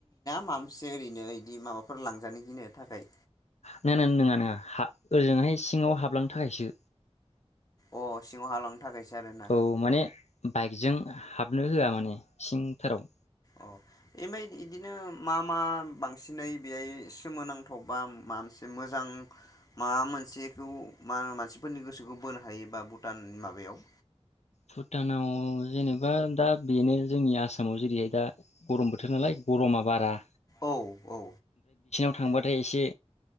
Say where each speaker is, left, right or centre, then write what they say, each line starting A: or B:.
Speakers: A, on the left; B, on the left.
A: मामसे ओरैनो इदि माबाफोर लां जानो गिनाय थाखाय
B: नङा नङा नङा नङा हा ओरजोंहाय सिङाव हाबलांनो थाखायसो
A: अ सिङाव हालांनो थाखायसो आरोना?
B: औ माने बाइकजों हाबनो होया माने सिंथाराव।
A: औ। ओमफ्राय बिदिनो मा मा बां सिनै बेहाय सोमोनांथाव बा माबा मोनसे मोजां माबा मोनसेखौ मा मानसिफोरनि गोसोखौ बोनो हायोबा भुटान माबायाव
B: भुटानाव जेनेबा दा बेनो जोंनि आसामाव जेरैहाय दा गरम बोथोर नालाय गरमा बारा
A: औ औ।
B: थांबा थाय एसे